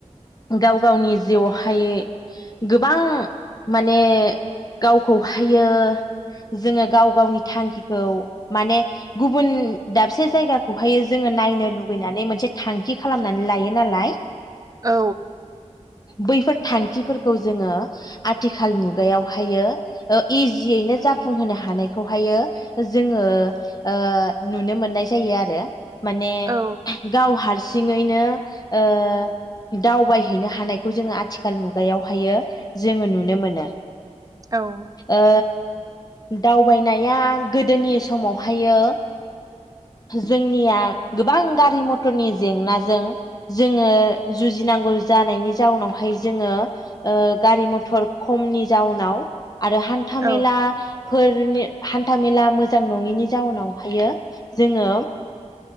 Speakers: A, on the left (about 30°); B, on the right (about 30°).
A: गाव गावनि जिउआवहाय गोबां माने गावखौहायो जोंङो गाव गावनि थांखिखौ माने गुबुन दाबसे जायगाखौहायो जोंङो नायनो लुगैनानै मोनसे थांखि खालामनानै लायो नालाय।
B: औ
A: बैफोर थांखिफोरखौ जोंङो आथिखाल मुगायावहायो ओ इजियैनो जाफुंहोनो हानायखौहायो जोंङो ओ नुनो मोननाय जायो आरो। माने
B: औ
A: गाव हार सिङैनो ओ दावबायहैनो हानायखौ जोंङो आथिखाल मुगायावहायो जोंङो नुनो मोनो।
B: औ ओं
A: ओ दावबायनाया गोदोनि समावहायो जोंनिया गोबां गारि मथरनि जेंनाजों जोंङो जुजिनांगौ जानायनि जाउनावहाय जोंङो ओ गारि मथर खमनि जाउनाव आरो हान्था मेला
B: औ
A: फोर‌ हान्थाामेला मोजां नङिनि जाउनावहायो जोंङो